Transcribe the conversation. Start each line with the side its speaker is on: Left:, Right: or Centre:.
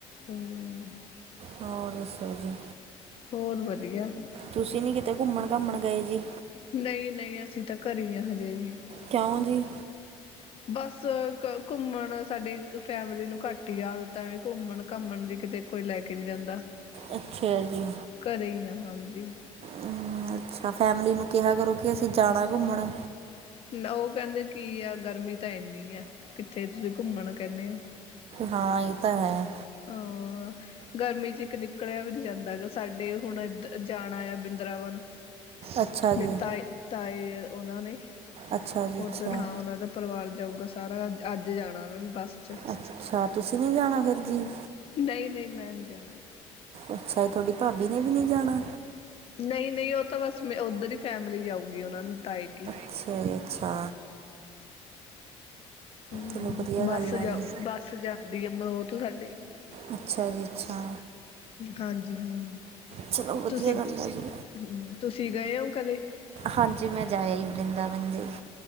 Left: ਹਮ।
Right: ਹੋਰ ਦੱਸੋ ਜੀ?
Left: ਹੋਰ ਵਧੀਆ।
Right: ਤੁਸੀਂ ਨੀ ਕਿਤੇ ਘੁੰਮਣ- ਘਾਮਣ ਗਏ ਜੀ?
Left: ਨਹੀ-ਨਹੀ ਅਸੀ ਤਾਂ ਘਰੇ ਹੀ ਹਜੇ ਜੀ।
Right: ਕਿਉਂ ਜੀ?
Left: ਬਸ, ਘੁੰਮਣ ਸਾਡੇ ਫੈਮਲੀ ਨੂੰ ਘੱਟ ਆਦਤ ਆ ਘੁੰਮਣ- ਘਾਮਣ ਦੀ ਕਿਤੇ ਕੋਈ ਲੈ ਕੇ ਨੀ ਜਾਂਦਾ।
Right: ਅੱਛਾ ਜੀ।
Left: ਘਰੇ ਹੀ ਆ ਹਾਂਜੀ।
Right: ਹਮ, ਅੱਛਾ ਫੈਮਲੀ ਨੂੰ ਕਿਹਾ ਕਰੋ। ਕਿ ਅਸੀਂ ਜਾਣਾ ਘੁੰਮਣ?
Left: ਉਹ ਕਹਿੰਦੇ ਕੀ ਆ ਗਰਮੀ ਤਾਂ ਇੰਨੀ ਆ ਕਿੱਥੇ ਤੁਸੀਂ ਘੁੰਮਣ ਕਹਿੰਨੇ ਹੋ?
Right: ਹਾਂ, ਇਹ ਤਾਂ ਹੈ।
Left: ਆ। ਗਰਮੀ ਚ ਇੱਕ ਨਿਕਲਿਆ ਵੀ ਨਹੀਂ ਜਾਂਦਾਗਾ ਸਾਡੇ ਹੁਣ ਇ ਜਾਣਾ ਆ ਬਿੰਦਾਰਾਵਨ।
Right: ਅੱਛਾ ਜੀ,
Left: ਮੇਰੇ ਤਾਏ, ਤਾਏ ਉਹਨਾਂ ਨੇ
Right: ਅੱਛਾ ਜੀ
Left: ਉੱਧਰ
Right: ਅੱਛਾ।
Left: ਹਾਂ ਉਹਨਾਂ ਦਾ ਪਰਿਵਾਰ ਜਾਊਗਾ ਸਾਰਾ ਅੱਜ-ਅੱਜ ਜਾਣਾ ਉਹਨਾਂ ਨੂੰ ਬੱਸ ਚ
Right: ਅੱਛਾ, ਤੁਸੀ ਨੀ ਜਾਣਾ ਫਿਰ ਜੀ।
Left: ਨਹੀ- ਨਹੀ ਮੈਂ ਨੀ ਜਾਣਾ।
Right: ਅੱਛਾ, ਤੁਹਾਡੀ ਭਾਬੀ ਨੇ ਵੀ ਨੀ ਜਾਣਾ।
Left: ਨਹੀ-ਨਹੀ ਉਹ ਤਾਂ ਬਸ ਮ ਉੱਧਰ ਹੀ ਫੈਮਿਲੀ ਜਾਊਗੀ ਉਹਨਾਂ ਦੀ ਤਾਏ ਕਿ।
Right: ਅੱਛਾ ਜੀ ਅੱਛਾ।
Left: ਹਮ
Right: ਚਲੋ ਵਧੀਆ ਗੱਲ
Left: ਬੱਸ
Right: ਆ
Left: ਜਾਓ
Right: ਜੀ।
Left: ਬੱਸ ਜਾਂਦੀ ਆ ਮਲੋ ਤੋਂ ਸਾਡੀੇ।
Right: ਅੱਛਾ ਜੀ ਅੱਛਾ।
Left: ਹਾਂਜੀ ਹਾਂ,
Right: ਚਲੋ ਵਧੀਆ
Left: ਤੁਸੀ-ਤੁਸੀ
Right: ਗੱਲ ਆ ਜੀ।
Left: ਗਏ ਹੋ ਕਦੇ।
Right: ਹਾਂਜੀ ਮੈਂ ਜਾ ਆਇ ਵ੍ਰਿੰਦਾਵਨ ਜੀ।